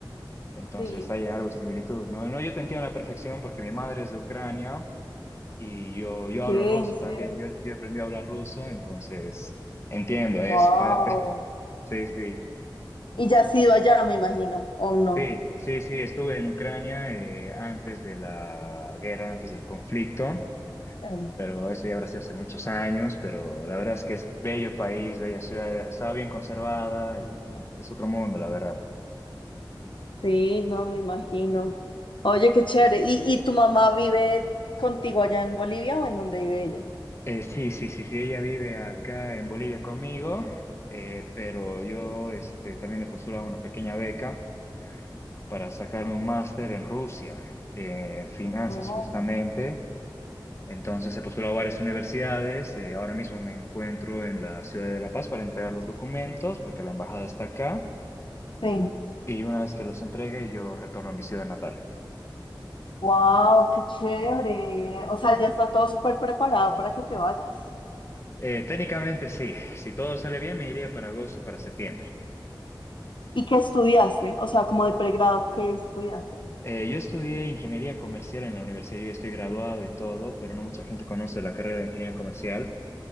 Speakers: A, on the left (about 35°); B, on the left (about 75°).
A: entonces
B: Sí,
A: hay algo de similitud, ¿no? No, yo te entiendo a la perfección porque mi madre es de Ucrania y yo, yo
B: sí,
A: hablo
B: en
A: ruso
B: serio.
A: también, yo, yo aprendí a hablar ruso, entonces entiendo
B: Wow.
A: esa parte. <laughs> Sí, sí,
B: Y ya has ido allá, me imagino, ¿o no?
A: sí, sí, sí, estuve en Ucrania eh, antes de la guerra, antes del conflicto,
B: Claro.
A: pero eso ya habrá sido hace muchos años, pero la verdad es que es bello país, bella ciudad, está bien conservada y no, es otro mundo, la verdad.
B: Sí, no, me imagino. Oye, qué chévere. ¿Y, y tu mamá vive contigo allá en Bolivia o en dónde vive ella?
A: Eh, sí, sí, sí, sí, ella vive acá en Bolivia conmigo, eh, pero yo este, también me postulé a una pequeña beca para sacarme un máster en Rusia, eh, en finanzas
B: Oh,
A: justamente. Entonces he postulado a varias universidades, eh, ahora mismo me encuentro en la ciudad de La Paz para entregar los documentos porque la embajada está acá
B: sí.
A: y una vez que los entregue yo retorno a mi ciudad natal.
B: Wow, qué chévere. O sea, ya está todo súper preparado para que te vayas.
A: Eh, técnicamente sí, si todo sale bien me iría para agosto, para septiembre.
B: ¿Y qué estudiaste? O sea, como de pregrado, ¿qué estudiaste?
A: Eh, yo estudié ingeniería comercial en la universidad, yo ya estoy graduado y todo, pero no mucha gente conoce la carrera de ingeniería comercial,